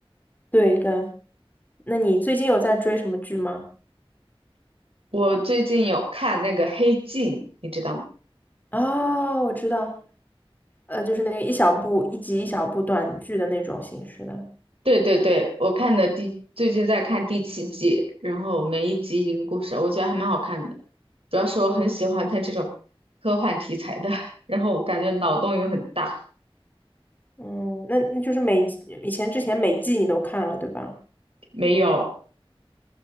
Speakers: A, on the left (about 20°); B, on the right (about 70°).
A: 对的。那你最近有在追什么剧吗？
B: 我最近有看那个《黑镜》，你知道吗？
A: 哦，我知道，呃，就是那个一小部一集一小部短剧的那种形式的。
B: 对对对，我看的第最近在看第七季，然后每一集一个故事，我觉得还蛮好看的。主要是我很喜欢它这种科幻题材的，
A: 嗯
B: <laughs> 然后我感觉脑洞又很大。
A: 嗯，那那就是每集以前之前每季你都看了对吧？
B: 没有，